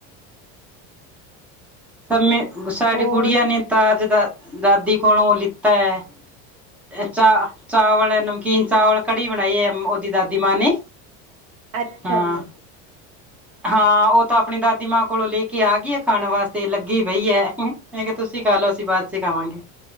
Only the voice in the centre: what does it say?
ਸਮੇ ਸਾਡੀ
ਗੁੜੀਆਂ ਨੇ ਤਾ ਅੱਜ ਦਾ ਦਾਦੀ ਕੋਲੋਂ ਲਿੱਤਾ ਹੈ ਐ ਚਾ ਚਾਵਲ ਨਮਕੀਨ ਚਾਵਲ ਕੜੀ ਬਣਾਈ ਐ, ਉਹਦੀ ਦਾਦੀ ਮਾਂ ਨੇ
ਹਾਂ।
ਹਾਂ ਉਹ ਤਾਂ ਆਪਣੀ ਦਾਦੀ ਮਾਂ ਕੋਲੋਂ ਲੈ ਕੇ ਆ ਗਈ ਐ ਖਾਣ ਵਾਸਤੇ ਲੱਗੀ ਪਈ ਐ ਹੈ ਕਿਹਾ ਤੁਸੀਂ ਖਾ ਲਓ ਅਸੀਂ ਬਾਅਦ ਚ ਖਾਵਾਂਗੇ,